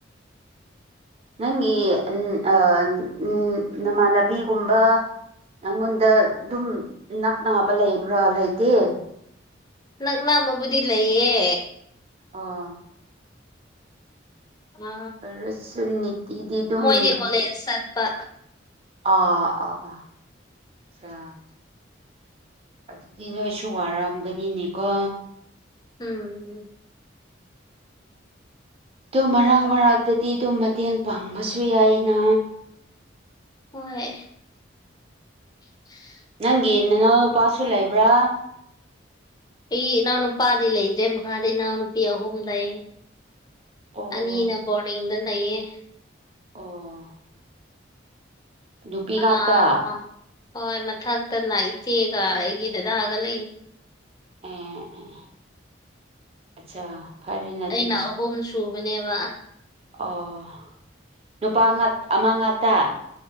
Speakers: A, on the right (about 30°); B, on the left (about 20°).
A: ꯅꯪꯒꯤ ꯎ ꯎꯝ ꯅꯃꯥꯟꯅꯕꯤꯒꯨꯝꯕ ꯅꯉꯣꯟꯗ ꯑꯗꯨꯝ ꯅꯛ ꯅꯥꯕ ꯂꯩꯕ꯭ꯔꯥ ꯂꯩꯇꯦ
B: ꯅꯛꯅꯥꯕꯕꯨꯗꯤ ꯂꯩꯌꯦ
A: ꯑꫭ
B: ꯑ
A: ꯔꯁꯨ ꯅꯤꯇꯤꯗꯤ ꯑꯗꯨꯝ
B: ꯃꯣꯏꯗꯤ ꯀꯣꯂꯦꯖ ꯆꯠꯄ
A: ꯑꯥ ꯑꯥ ꯑꯥ ꯑꯆꯥ ꯑꯗꯨꯗꯤ ꯅꯣꯏꯁꯨ ꯋꯥꯔꯝꯒꯅꯤꯅꯦꯀꯣ
B: ꯎꯝ
A: ꯇꯨꯝ ꯃꯔꯥꯛ ꯃꯔꯛꯇꯗꯤ ꯑꯗꯨꯝ ꯃꯇꯦꯡ ꯄꯥꯡꯕꯁꯨ ꯌꯥꯏꯅ
B: ꯍꯣꯏ <inaudible>
A: ꯅꯪꯒꯤ ꯅꯅꯥꯎꯅꯨꯄꯥꯁꯨ ꯂꯩꯕ꯭ꯔꯥ
B: ꯑꯩ ꯏꯅꯥꯎꯅꯨꯄꯥꯗꯤ ꯂꯩꯇꯦ ꯃꯈꯥꯗ ꯏꯅꯥꯎꯅꯨꯄꯤ ꯑꯍꯨꯝ ꯂꯩ
A: ꯑꯣ
B: ꯑꯅꯤꯅ ꯕꯣꯔꯗꯤꯡꯗ ꯂꯩꯌꯦ
A: ꯑꯣ ꯅꯨꯄꯤ ꯉꯥꯛꯇ
B: ꯑꯥ ꯍꯣꯏ ꯃꯊꯛꯇꯅ ꯏꯆꯦꯒ ꯑꯩꯒꯤ ꯗꯥꯗꯥ ꯒ ꯂꯩ
A: ꯑꯦ ꯑꯦ ꯑꯦ ꯑꯆꯥ ꯐꯔꯦꯅ ꯑꯗꯨꯗꯤ
B: ꯑꯩꯅ ꯑꯍꯨꯝ ꯁꯨꯕꯅꯦꯕ
A: ꯑꯣ ꯅꯨꯄꯥ ꯉꯥꯛ ꯑꯃ ꯉꯥꯛꯇ